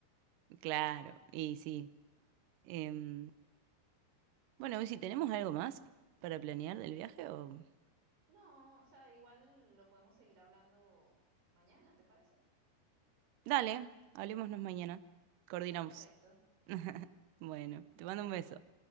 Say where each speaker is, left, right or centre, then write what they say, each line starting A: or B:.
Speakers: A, on the right; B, on the right.
A: claro, y sí. Em, bueno, ¿y si tenemos algo más para planear del viaje o...?
B: No, o sea, igual lo podemos seguir hablando mañana, ¿te parece?
A: Dale, hablémonos mañana.
B: Dale,
A: Coordinamos.
B: perfecto.
A: <laughs> Bueno, te mando un beso.